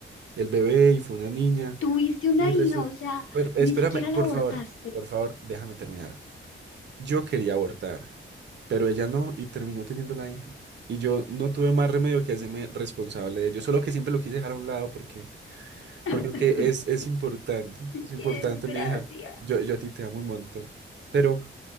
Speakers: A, on the right; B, on the left.
A: el bebé y fue una niña.
B: Tuviste una
A: Y resulta,
B: hija, o sea,
A: espérame,
B: ni siquiera
A: por
B: la abortaste.
A: favor, por favor, déjame terminar. Yo quería abortar, pero ella no y terminó teniendo la hija. Y yo no tuve más remedio que hacerme responsable de ello, solo que siempre lo quise dejar a un lado porque,
B: <laughs>
A: porque aunque es, es importante, es importante
B: ¡Qué desgracia!
A: mi hija, yo, yo a ti te amo un montón. Pero,